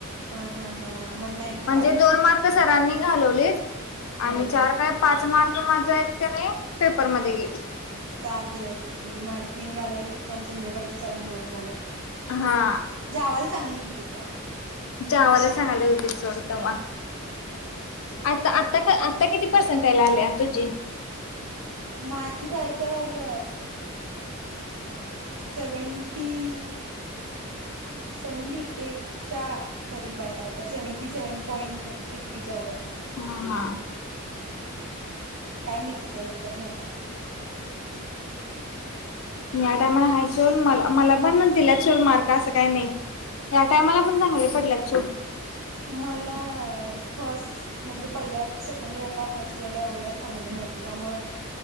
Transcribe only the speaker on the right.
हा, हा, हा, मला
फाय होती
होय
चार गेले असेल तुझी, माझी तीन घालवली आणि संजय पाटील सरांनी दोन घालवली.
जावाला चांगली दिलती तवा.
माझी काय तर, सेव्हन्टी सेव्हनटी ऐट च्या कररीब आहे काय तर, सेव्हन्टी सेव्हन पॉईंट फिफ तिच्यामुळ,
काय माहित किती या लक्षात नाही आता.
मला फस्ट म्हणजे पहिल्या सेकंड इयरला फर्स्ट इयरला एवढं काय चांगलं नव्हते, त्यामुळं